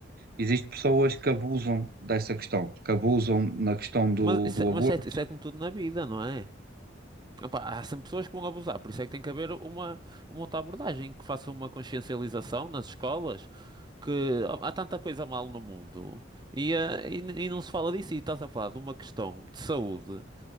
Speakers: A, on the right (about 55°); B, on the right (about 25°).
A: existem pessoas que abusam dessa questão, que abusam na questão do,
B: Mas, isso,
A: do
B: é,
A: aborto.
B: mas é, isso é como tudo na vida, não é? Opa, há sempre pessoas que vão abusar, por isso é que tem que haver uma, uma outra abordagem que faça uma consciencialização nas escolas. Que há há tanta coisa mal no mundo e, eh, e, n- e não se fala disso. E estás a falar de uma questão de saúde,